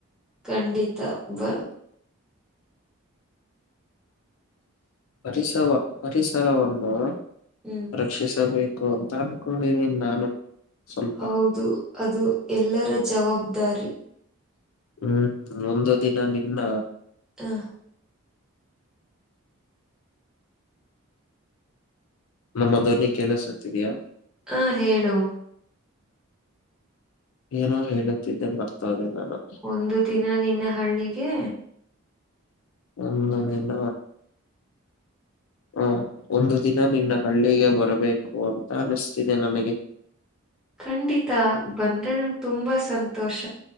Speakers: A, in the centre; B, on the left.
A: ಖಂಡಿತ ಬ
B: ಪರಿಸವ ಪರಿಸರವನ್ನ.
A: ಹ್ಮ್
B: ರಕ್ಷಿಸಬೇಕು ಅಂತ ಅನ್ಕೊಂಡಿದಿನ್ ನಾನು. ಸ್ವಲ್ಪ
A: ಹೌದು ಅದು ಎಲ್ಲರ ಜವಬ್ದಾರಿ.
B: ಹ್ಮ್ ಒಂದು ದಿನ ನಿನ್ನ
A: ಹಾಂ
B: ನಮ್ಮ ಧ್ವನಿ ಕೇಳಿಸುತ್ತಿದಿಯಾ
A: ಅಂ ಹೇಳು
B: ಏನೋ ಹೇಳುತ್ತಿದ್ದೆ ಮರ್ತ ಹೋದೆ ನಾನು
A: ಒಂದು ದಿನ ನಿನ್ನ ಹಳ್ಳಿಗೆ
B: ಒಂದು ದಿನ ಹಾಂ ಒಂದು ದಿನ ನಿನ್ನ ಹಳ್ಳಿಗೆ ಬರಬೇಕು ಅಂತ ಅನಿಸ್ತಿದೆ ನನಗೆ
A: ಖಂಡಿತಾ ಬಂದ್ರೆ ನನಗೆ ತುಂಬಾ ಸಂತೋಷ